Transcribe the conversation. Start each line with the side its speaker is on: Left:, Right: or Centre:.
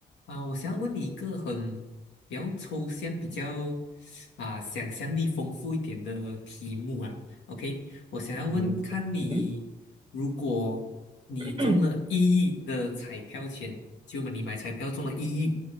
Left: 啊，我想要问你一个很比较抽象、比较啊想象力丰富一点的题目啊。OK，我想要问看你，
Right: 嗯嗯
Left: 如果你中了一亿的彩票钱，
Right: 哼 <clears throat>
Left: 就你买彩票中了一亿